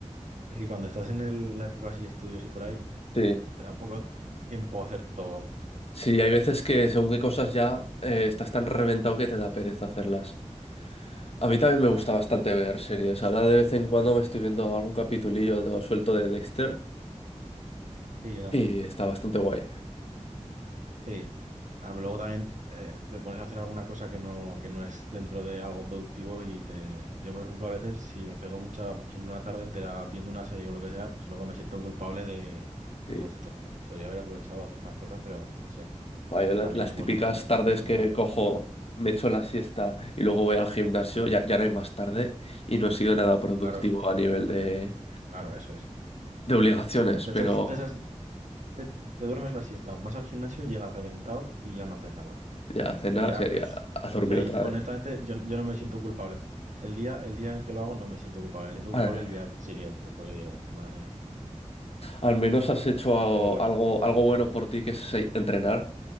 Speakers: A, on the right; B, on the left.
A: es que cuando estás en el- la época así de estudios y por ahí,
B: Sí.
A: te da poco tiempo a hacer todo.
B: Sí, hay veces que según qué cosas ya eh, estás tan reventado que te da pereza hacerlas. A mí también me
A: Ya.
B: gusta bastante ver series. Ahora de vez en cuando me estoy viendo algún capitulillo de- suelto de Dexter
A: Sí, yo también.
B: y está bastante guay.
A: Sí. Ah, pero luego también eh, te pones a hacer alguna cosa que no, que no es dentro de algo productivo y te... Yo, por ejemplo, a veces si me pego mucha, por ejemplo, una tarde entera viendo una serie o lo que sea, pues luego me siento culpable de...
B: Sí.
A: Digo, "Ostras, podría haber aprovechado a hacer más cosas, pero no sé,
B: Vaya,
A: que
B: la-
A: también
B: las
A: es
B: típicas
A: bueno tener
B: tardes
A: hobbies y
B: que
A: cosas.
B: cojo, me echo la siesta y luego voy al gimnasio, ya, ya no hay más tarde y no he sido nada productivo
A: Claro,
B: a nivel de,
A: claro, eso es.
B: de obligaciones,
A: Te
B: pero
A: echas- te echas- te- te duermes la siesta, vas al gimnasio, llegas reventado y ya no haces nada.
B: ya a cenar,
A: Y ya,
B: sí,
A: pues,
B: ya a dormir
A: yo ahí,
B: otra
A: honestamente,
B: vez.
A: yo, yo no me siento culpable. El día, el día en el que lo hago no me siento culpable, me siento culpable
B: A ver,
A: el día siguiente, porque digo, madre mía.
B: al menos has hecho algo,
A: Pero bueno,
B: algo, algo bueno por ti, que es eh, entrenar,